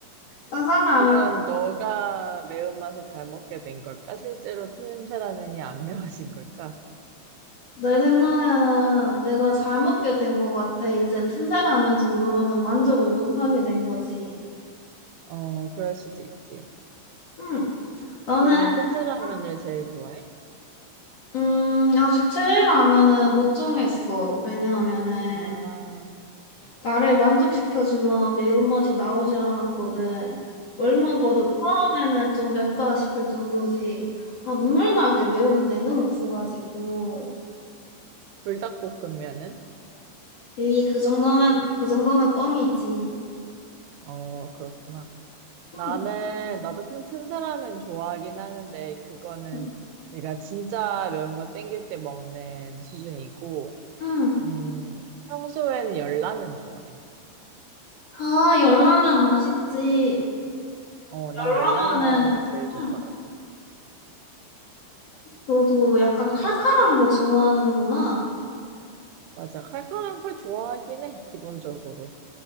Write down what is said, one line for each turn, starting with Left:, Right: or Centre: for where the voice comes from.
Left: 짜장 라면
Right: 그건 너가 매운맛을 잘 먹게 된 걸까? 실제로 틈새 라면이 안 매워진 걸까?
Left: 내 생각에는 내가 잘 먹게 된 것 같아. 이제 틈새 라면 정도로는 만족을 못 하게 된 거지.
Right: 어, 그럴 수도 있지.
Left: 응. 너는
Right: 그러면 틈새 라면을
Left: 응.
Right: 제일 좋아해?
Left: 음 아직 최애 라면은 못 정했어. 왜냐하면은
Right: 아,
Left: 나를 만족시켜줄 만한 매운맛이 나오질 않았거든. 뭘 먹어도 처음에는 좀 맵다 싶을 정도지. 아, 눈물 나게 매운 데는 없어가지고.
Right: 불닭볶음면은?
Left: 에이, 그 정도면, 그 정도는 껌이지.
Right: 어, 그렇구나. 나는,
Left: 응,
Right: 나도 품- 틈새 라면 좋아하긴 하는데, 그거는
Left: 응,
Right: 내가 진짜 매운 거 땡길 때 먹는 수준이고,
Left: 응.
Right: 음, 평소에는 열라면 좋아해.
Left: 아, 열라면 맛있지.
Right: 어, 난
Left: 열라면은,
Right: 열라면이 제일 좋더라고.
Left: 응, 너도 약간 칼칼한 거 좋아하는구나.
Right: 맞아. 칼칼한 걸 좋아하긴 해, 기본적으로.